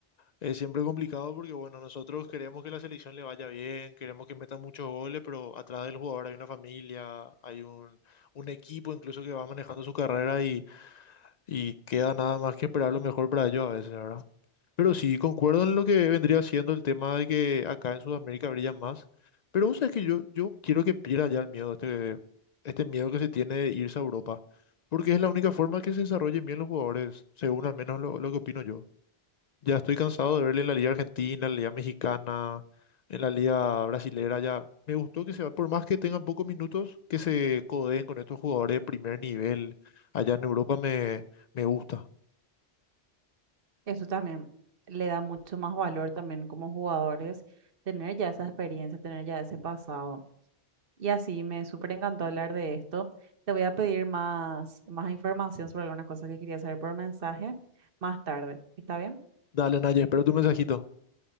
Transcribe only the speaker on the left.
Es siempre complicado porque, bueno, nosotros queremos que la selección le vaya bien, queremos que meta muchos goles, pero atrás del jugador hay una familia, hay un, un equipo incluso que va manejando su carrera y, y queda nada más que esperar lo mejor para ellos a veces, ¿verdad? Pero sí, concuerdo en lo que vendría siendo el tema de que acá en Sudamérica brillan más. Pero vos sabés que yo, yo quiero que pierda ya el miedo, este, este miedo que se tiene de irse a Europa, porque es la única forma que se desarrollen bien los jugadores, según al menos lo lo que opino yo. Ya estoy cansado de verle en la Liga Argentina, en la Liga Mexicana, en la Liga Brasilera. Ya me gustó que se va, por más que tengan pocos minutos, que se codeen con estos jugadores de primer nivel. Allá en Europa me, me gusta.
Dale, Naye, espero tu mensajito.